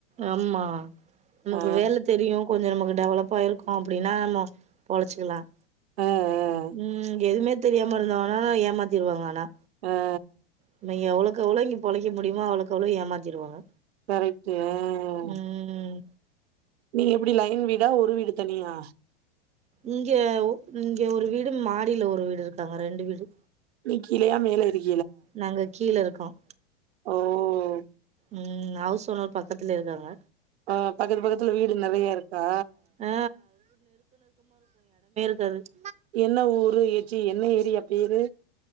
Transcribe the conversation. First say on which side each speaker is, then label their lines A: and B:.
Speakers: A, on the right; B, on the right.
A: ஆமா நமக்கு
B: ஆ
A: வேலை தெரியும் கொஞ்சம் நமக்கு டெவலப் ஆகிருக்கும் அப்டின்னா நம்ம பொழைச்சுகெல்லாம்
B: ஆ ஆ
A: உம் எதுமே தெரியாம இருந்தாங்கனா ஏமாத்திருவாங்க ஆனா
B: ஆ
A: நம்ம எவ்வளோக்கு எவ்ளோ இங்க பொழைக்க முடியுமோ அவ்வளோக்கு அவ்ளோ ஏமாத்திருவாங்க
B: கரெக்ட்டு ஆஹ்
A: ம்
B: நீ எப்டி லைன் வீடா ஒரு வீடு தனியா
A: இங்க இங்க ஒரு வீடு மாடியில ஒரு வீடு இருக்காங்க ரெண்டு வீடு
B: நீ கீழையா மேல இருக்
A: நாங்க கீழ இருக்கோம்
B: ஓவ்
A: உம் ஹவுஸ் ஓன்னர் பக்கத்துல இருக்காங்க
B: ஆஹ் பக்கத்து பக்கத்துல வீடு நிறைய இருக்கா
A: ஆ செரி <unintelligible>
B: என்ன ஊரு ஏச்சி என்ன ஏரியா பேரு